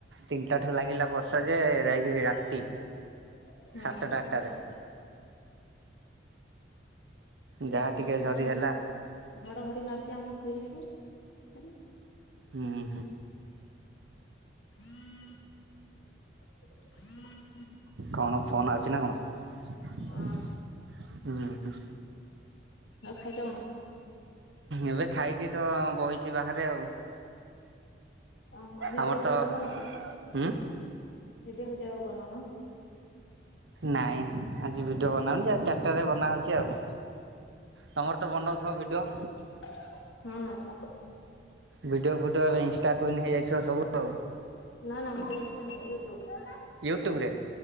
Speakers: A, on the right; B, on the left.
A: ତିନିଟା ଠୁ ଲାଗିଲା ବର୍ଷା ଯେ ଯାଇକିରି ରାତି।
B: ହୁଁ।
A: ସାତଟା ଆଠଟାରେ ଯାହା
B: ଖାଲି
A: ଟିକେ
B: ତ କରେଣ୍ଟ
A: ଝରି ହେଲା
B: ଘଡଘଡି ମାରିଛି ଆମ ଫ୍ରିଜ କୁ କାଲି।
A: ହୁଁ ହୁଁ।
B: <inaudible>
A: କଣ ଫୋନ ଆଉଛି ନା କଣ?
B: ହଁ।
A: ହୁଁ ହୁଁ।
B: ଆଉ ଖାଇଛ କଣ?
A: ଏବେ ଖାଇକି ତ ବଇଚି ବାହାରେ ଆଉ।
B: ଓ ହଁ ଭିଡିଓ
A: ଆମର
B: ଭିଡିଓ
A: ତ
B: ବନଉନ କି?
A: ହୁଁ
B: ଭିଡିଓ ଭିଡିଓ ଆଉ ବନଉନ?
A: ନାଇଁ ଆଜି ଭିଡିଓ ବନାହଉନି ଚାରିଟା ରେ ବନାହଉଛି ଆଉ। ତମର ତ ବନଉଥିବ ଭିଡିଓ?
B: ହୁଁ।
A: ଭିଡିଓ ଫିଡ଼ିଓ ଏବେ ଇନଷ୍ଟା କୁଇନ୍ ହେଇଯାଇଥିବ, ସବୁ ଆଉ।
B: ନା ନା, ମୋର ଇନଷ୍ଟା ନାଇ, ୟୁଟ୍ୟୁବ
A: ୟୁଟ୍ୟୁବ ରେ